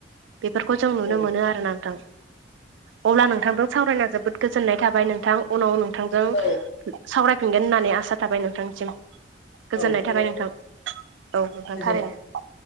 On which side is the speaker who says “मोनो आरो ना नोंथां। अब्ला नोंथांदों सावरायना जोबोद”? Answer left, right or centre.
Right